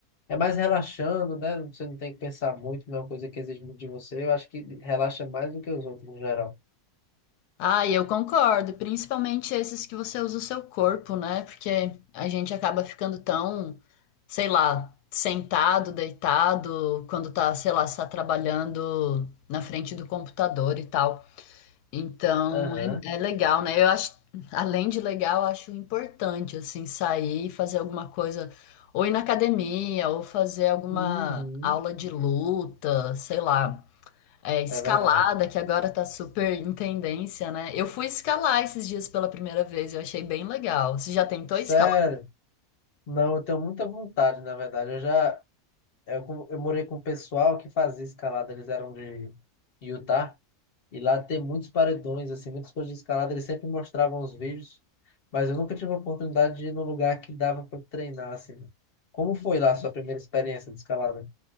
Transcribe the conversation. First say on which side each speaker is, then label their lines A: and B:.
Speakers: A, on the left; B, on the left.
A: É mais relaxando, né? Você não tem que pensar muito, não é uma coisa que exige muito de você. Eu acho que relaxa mais do que os outros, no geral.
B: Ah, e eu concordo, principalmente esses que você usa o seu corpo, né? Porque a gente acaba ficando tão, sei lá, sentado, deitado, quando tá, sei lá, está trabalhando na frente do computador e tal. Então,
A: Aham.
B: é, é legal, né? Eu acho, além de legal, eu acho importante, assim, sair e fazer alguma coisa, ou ir na academia, ou fazer alguma
A: Uhum,
B: aula de luta, sei lá. É, escalada,
A: é verdade.
B: que agora tá super em tendência, né? Eu fui escalar esses dias pela primeira vez, eu achei bem legal. Você já tentou
A: Sério?
B: escalar?
A: Não, eu tenho muita vontade, na verdade. Eu já é, eu, com- eu morei com um pessoal que fazia escalada, eles eram de Utah, e lá tem muitos paredões, assim, muitas coisas de escalada, eles sempre mostravam os vídeos, mas eu nunca tive a oportunidade de ir num lugar que dava para treinar, assim. Como foi lá a sua primeira experiência de escalada?